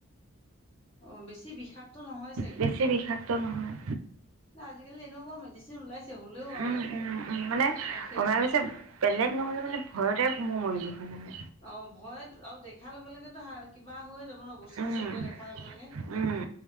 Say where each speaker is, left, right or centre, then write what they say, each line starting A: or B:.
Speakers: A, on the left; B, on the right.
A: অ বেছি বিষাক্ত নহয়
B: বেছি বিষাই- ডক্ত নহয়
A: ত আজি কালি এনেকোৱা মেডিচিন ওলাইছে হ'লেও আৰু
B: উম উম উম মানে,
A: আৰু সেইটো
B: বমাই কৈছে বেলেগ। নহ'লে মানে ভয়তে, মই মৰিলোঁ। হয় মানে।
A: অ ভয়ত আৰু দেখাৰ লগে লগেতো কিবা হৈয় যাব ন বস্তুটো
B: উম
A: চকুে দেখাৰ লগে লগে,
B: উম